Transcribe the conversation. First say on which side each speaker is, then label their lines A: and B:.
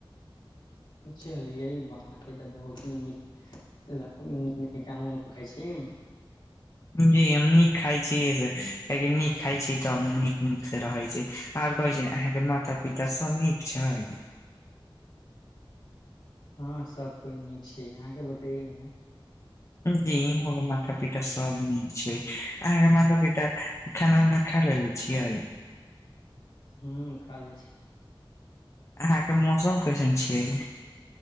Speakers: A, on the left (about 70°); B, on the left (about 35°).
A: चलियै बाके तऽ बहुती नीक- <unintelligible> खाय छीम-
B: जी हम नीक खाइ छियै से कियाकी नीक खाइ छी तब नीक -नीक स रहै छै। और कहै छी ने अहाँके माता- पिता सब नीक छैय?
A: हँ सब कोइ नीक छै। अहाँके बतैये न-
B: जी हमरो माता-पिता सब नीक छै, अहाँके माता-पिता- खाना उना खा रहलै छियै?
A: हुँ खालै छी।
B: अहाँके मौसम कैसन छय?